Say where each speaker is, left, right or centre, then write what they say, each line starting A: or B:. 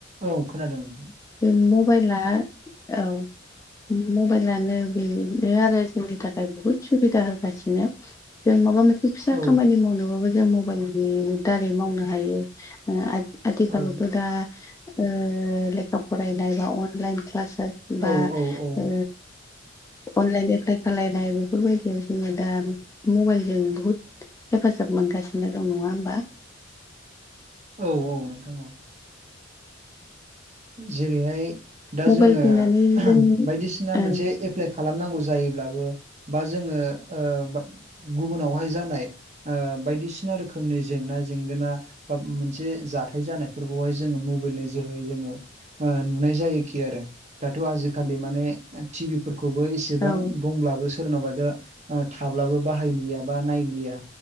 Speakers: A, on the right; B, on the left.
A: औ खोनादों नोंथां।
B: बे मबाइला औ उम मबाइलानो बेनो आरो जोंनि थाखाय बहुद सुबिदा होगासिनो। जों माबा मोनसे फिसा
A: औ
B: खामानि मावनोबाबो जों मबाइलनि दारै मावनो हायो। ओ आथिखालावथ'
A: औ
B: दा ओ लेखा फरायनाय बा अनलाइन क्लास बा
A: औ औ औ
B: ओ अनलाइन एप्लाइ खालायनाय बेफोरबायदियाव जोङो दा मबाइलजों बुहुद हेफाजाब मोनगासिनो दं नङा होमबा।
A: औ औ नोंथां औ। जेरैहाय दा
B: मबाइल
A: जोङो
B: फैनानै जों
A: बायदिसिना मोनसे
B: औ
A: ए एप्लाइ खालामनांगौ जायोब्लाबो बा जोङो ओ गुबुनावहाय जानाय ओ बायदिसिना रोखोमनि जेंना जेंगोना बा मोनसे जाथाय जानायफोरखौहाय जोङो मबाइलनि जोहै जोङो ओ नुनाय जायोखि आरो दाथ' आजिखालि माने टिभि फोरखौबो एसे <unintelligible>
B: औ
A: दंब्लाबो सोरनावबा दा थाब्लाबो बाहायलिया बा नायलिया